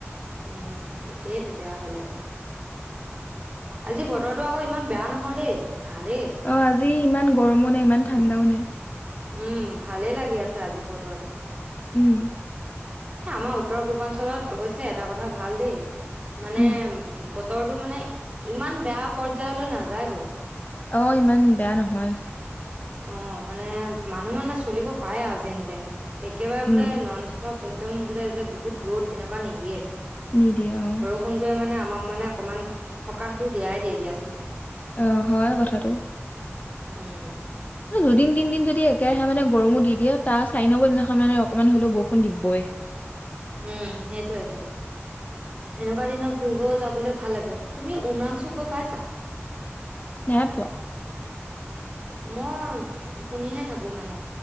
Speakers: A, on the right; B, on the left.
A: উম, একেই তেতিয়াহলে। আজি বতৰ টো আকৌ ইমান বেয়া নহয় দেই ভালেই।
B: অ' আজি ইমান গৰমো নাই ইমান ঠাণ্ডাও নাই।
A: উম, ভালেই লাগি আছে আজি বতৰটো।
B: উম
A: এ আমাৰ উত্তৰ-পূৰ্বাঞ্চলত অৱশ্যে এটা কথা ভাল দেই। মানে
B: উম
A: বতৰটো মানে ইমান বেয়া পৰ্যায়লৈ নাযায় গৈ।
B: অ' ইমান বেয়া নহয়।
A: অ' মানে মানুহ মানে চলিব পাৰে আৰু যেন তেন, একেবাৰে
B: উম
A: বোলে নন একদম বোলে যে বহুত ৰ'দ তেনেকুৱা নিদিয়ে।
B: নিদিয়ে অ'।
A: বৰষুণটোৱে মানে আমাক মানে অকমান সকাহটো দিয়াই দিয়ে দিয়াচোন।
B: অ' হয় কথাটো।
A: উম।
B: দুদিন-তিনদিন যদি একেৰাহে মানে গৰমো দি দিয়ে তাৰ চাৰি নম্বৰ দিনাখন মানে অকমান হলেও বৰষুণ দিবই।
A: উম, সেইটোৱেইটো। এনেকুৱা দিনত ফুৰিব যাবলৈ ভাল লাগে। তুমি উমৰাংচুক গৈ পাইছা?
B: নাই পোৱা।
A: মই শুনিহে থাকো মানে